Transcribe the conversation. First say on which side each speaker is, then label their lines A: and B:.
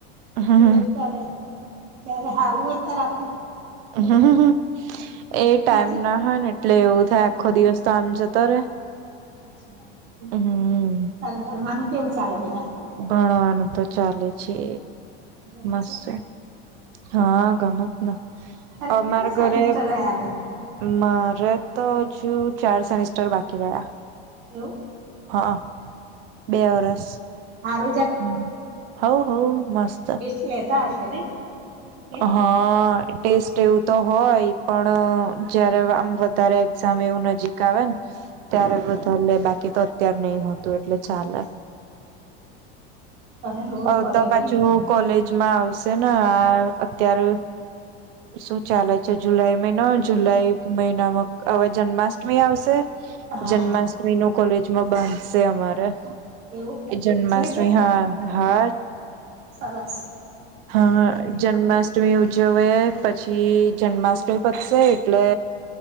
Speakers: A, on the right; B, on the right.
A: હમ
B: ટેસ્ટ કરે પણ જયારે સારવું હોય ને ત્યારે આપ
A: હમ એ ટાઈમ
B: નસીબ
A: ના હોય ને એટલે એવું થાય
B: હા
A: આખો દિવસ તો આમ જતો રે
B: સાચી વાત
A: હમ
B: તારે ઘરવાનું કેવું ચાલે બેગા
A: ભણવાનું તો ચાલે છે
B: ગમે
A: મસ્ત
B: છે
A: હા ગમેત ને
B: તારે
A: અમારા
B: કેટલા સેમિસ્ટર
A: ઘરે
B: રહ્યા હવે
A: મારે તો હજુ ચાર સેમિસ્ટર બાકી રહ્યા
B: એવું
A: હા બે વર્ષ
B: હાર
A: હમ હ હો મસ્ત
B: લતા હશે ને ટેસ્ટ લે
A: હા ટેસ્ટ એવું તો હોય પણ જયારે આમ વધારે એક્ઝામ એવું નજીક આવે ને
B: હ
A: અ્યારે બધા બાકી તો અત્યાર નહી હોતું એટલે ચાલે
B: તમે લોડ
A: હ
B: પડે
A: તો પાછું
B: નઈ
A: કોલેજમાં આવશે ને હા અત્યારે શું ચાલે છે જુલાઈ મહિનો જુલાઈ મહિનામાં હવે જન્માષ્ટમી આવશે
B: હા
A: જન્માષ્ટમી નું કોલેજમાં બંધશે અમારે
B: એવું
A: એ જન્માષ્ટમી
B: ઉજવે
A: હા હા
B: સાારસ
A: હ જન્મષ્ટમી અષ્ટમી ઉજજવે પછી જન્માષ્ટમી પસે એટલે